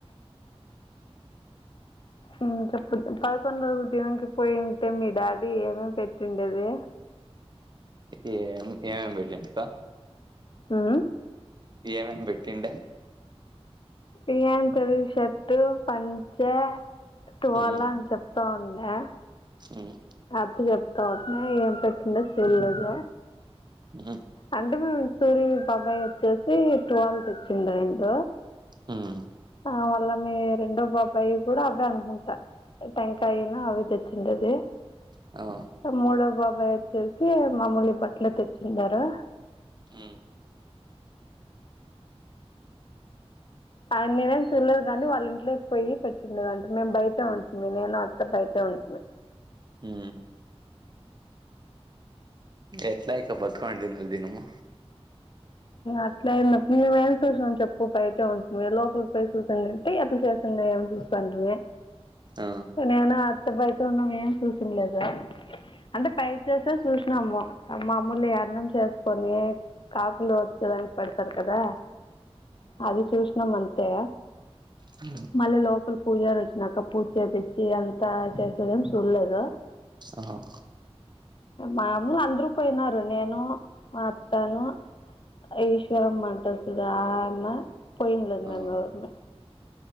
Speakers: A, on the left; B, on the right.
A: ఉ చెప్పు పదకొండు రోజులు దిననికి పోయింటే మీ డాడీ ఏమేమి పెట్టిండేది.
B: ఎమో ఏమేంఎం పెట్టిందుయింక
A: ఉమ్,
B: ఏమం ఏం పెట్టిండే
A: పియాన్ తెలుషర్ట్ పంచ తువాలా
B: ఉమ్
A: అని చెప్తా ఉండే
B: ఉమ్
A: అదు చెప్ తోటనే ఏం పెట్టిందో చూళ్ళేదు
B: ఉ
A: అంటే మేము సూరి బాబాయి వచ్చేసి ట్వెల్త్ ఇచ్చిండు ఏంటలో
B: ఉము
A: ఆ మళ్ళ మీ రెండో బాబ్బాయి కూడా అవే అనుకుంటా టెంకాయనా అవి తెచ్చ చిన్నదే
B: అ?
A: మూడవ బాబాయ్ వచ్చేసి మాముూలు బట్టలు తెచ్చిండరు
B: ఉహ్
A: ఆయన నేనేం చూడలేదు కాని వాళ్ళ ఇంట్లోకి పోయి పెట్టిండద అంటే మేము బయట ఉంటుంది నేను అత్త బయట ఉంటుంది
B: హు ఎట్లా <unintelligible> దినము
A: అట్లేయినప్పుడు మేమేం చూసాం చెప్పు బయట ఉంటుంది లోపల పో చూసాం అంటే అట్లా చేస్ చిన్న ఏ <unintelligible> చూసంటే
B: ఆ
A: నేను అత్త బయటే ఉన్నాం ఏం చూసింద్లేదు అంటే పైరు చేసే చూసినాము మామ్ముల్ల అన్నం చేసుకొని <unintelligible> వచ్చేదానికి పడతారు కదా అది చూసినాం అంతే
B: అ
A: మళ్ళీ లోపల పూజరు వచ్చినాక పూజ చేపించి అంతా చేస్తదేం చూడలేదు
B: ఆఓహ
A: మామలు అందరు పోయినారు నేను మా అత్తను ఈశ్వరమ్మ సడ ఆమె పోయినలేదు
B: ఆ
A: మమ్ ఎరుమ